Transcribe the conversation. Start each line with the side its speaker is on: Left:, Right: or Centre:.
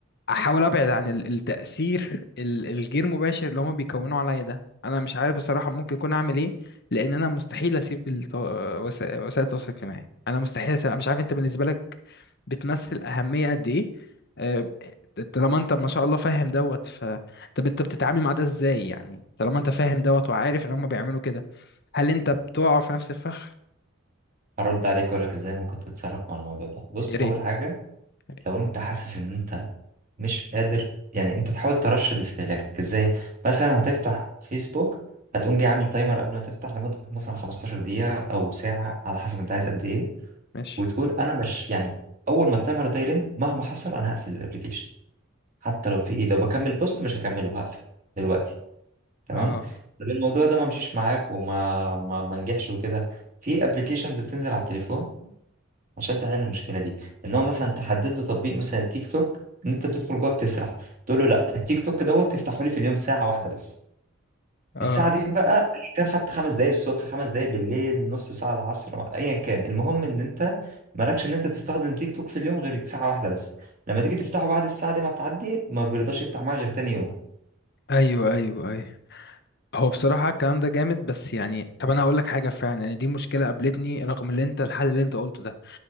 Left: احاول ابعد عن ال- التاثير ال- الغير مباشر اللي هما بيكونوا عليا ده انا مش عارف بصراحه ممكن اكون اعمل ايه لان انا مستحيل اسيب الت- وسائل وسائل التواصل الاجتماعي انا مستحيل اسيب أنا مش عارف انت بالنسبه لك بتمثل اهميه قد ايه أه، طالما انت ما شاء الله فاهم دوت ف طب انت بتتعامل مع ده ازاي يعني طالما انت فاهم دوت وعارف ان هما بيعملوا كده هل انت بتقع في نفس الفخ
Right: هرد عليك واقول لك ازاي ممكن تتصرف مع الموضوع ده بص
Left: يا ريت
Right: اول حاجه
Left: يا ريت
Right: لو انت حاسس ان انت مش قادر يعني انت تحاول ترشد استهلاكك ازاي مثلا هتفتح فيسبوك هتقوم جاي عامل تايمر قبل ما تفتح لمدة مثلا 15 دقيقة او ساعة على حسب انت عايز قد ايه
Left: ماشي
Right: وتقول انا مش يعني اول ما التايمر ده يرن مهما حصل انا هقفل الابليكيشن حتى لو في ايه لو بكمل بوست مش هكمله هقفل دلوقتي تمام
Left: اه
Right: لو الموضوع ده ما مشيش معاك وما ما ما نجحش وكده في ابلكيشنز بتنزل على التليفون عشان تحل المشكله دي ان هو مثلا تحدد له تطبيق مثلا التيك توك ان انت بتدخل جوه بتسرح تقول له لا التيك توك دوت تفتحه لي في اليوم ساعه واحده بس
Left: اه
Right: الساعه دي بقى أيا كان خدت خمس دقايق الصبح خمس دقايق بالليل نص ساعه العصر ايا كان المهم ان انت مالكش ان انت تستخدم تيك توك في اليوم غير ساعه واحده بس لما تيجي تفتحه بعد الساعه دي ما تعدي ما بيرضاش يفتح معاك غير تاني يوم
Left: ايوه ايوه ايوه هو بصراحة الكلام ده جامد بس يعني طب أنا هقول لك حاجة فعلا يعني دي مشكلة قابلتني رغم اللي أنت الحل اللي أنت قلته ده